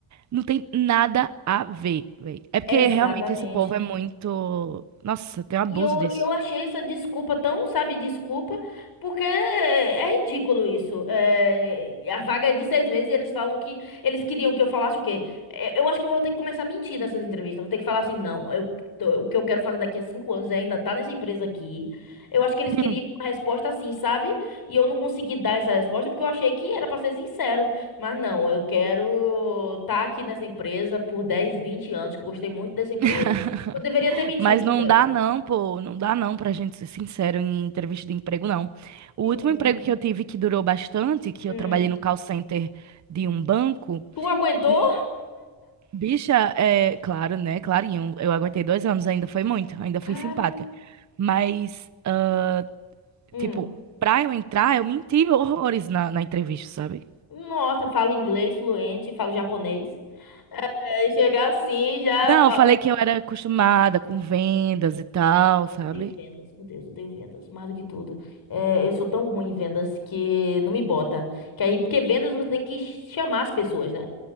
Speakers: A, on the right; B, on the left.
A: Não tem nada a ver, velho. É porque
B: Exatamente.
A: realmente esse povo é muito. Nossa, tem um
B: E
A: abuso
B: eu,
A: disso.
B: e eu achei essa desculpa tão, sabe, desculpa, porque é ridículo isso. É, a vaga é de seis meses e eles falam que eles queriam que eu falasse o quê? É, Eu acho que eu vou ter que começar a mentir nessas entrevistas. Vou ter que falar assim, não, eu, tô- o que eu quero fazer daqui a cinco anos é ainda estar nessa empresa aqui. Eu acho que eles queriam
A: Hum.
B: uma resposta assim, sabe? E eu não consegui dar essa resposta porque eu achei que era para ser sincero. Mas não, eu quero estar aqui nessa empresa por 10 20 anos, que eu gostei muito dessa empresa.
A: <laughs>
B: Eu deveria ter mentido,
A: Mas não
B: velho.
A: dá não, pô, não dá não pra gente ser sincero em entrevista de emprego, não. O
B: Que
A: último
B: ódio.
A: emprego que eu tive que durou bastante, que
B: Hum.
A: eu trabalhei no call center de um banco,
B: Tu aguentou?
A: e, bicha, é, claro, né, clarinho, eu aguentei dois anos, ainda foi muito, ainda
B: Cara,
A: fui simpática. Mas, ah,
B: Hum.
A: tipo, pra eu entrar, eu menti horrores na, na entrevista, sabe?
B: Nossa, falo inglês fluente, falo japonês. é, chegar assim já.
A: Não,
B: fa-
A: eu falei que eu era acostumada com vendas e tal,
B: Eu
A: sabe?
B: odeio vendas, meu Deus, eu odeio vendas, mais do que tudo. É, eu sou tão ruim em vendas que não me bota. Que aí, porque vendas você tem que chamar as pessoas, né?